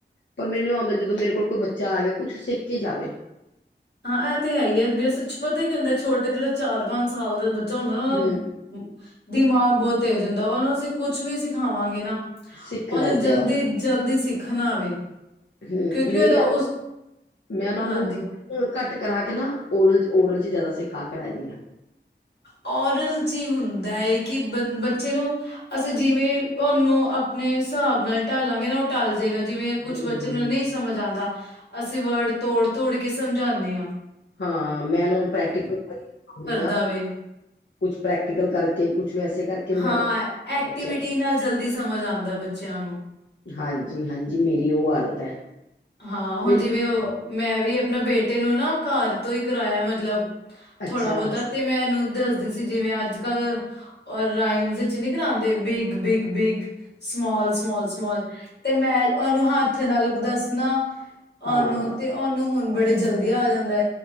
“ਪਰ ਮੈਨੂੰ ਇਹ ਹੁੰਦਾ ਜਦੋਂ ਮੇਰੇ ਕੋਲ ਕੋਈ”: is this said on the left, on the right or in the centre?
Left